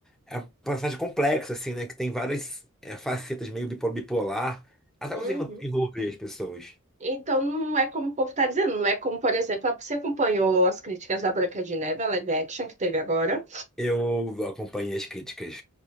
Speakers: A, in the centre; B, on the right.
A: É uma personagem complexa, assim, né? Que tem várias é, facetas meio bipo- bipolar. Ela tá
B: uhum.
A: conseguindo envolver as pessoas.
B: Então, não é como o povo tá dizendo, não é como, por exemplo, você acompanhou as críticas da Branca de Neve, a live action que teve agora?
A: Eu acompanhei as críticas.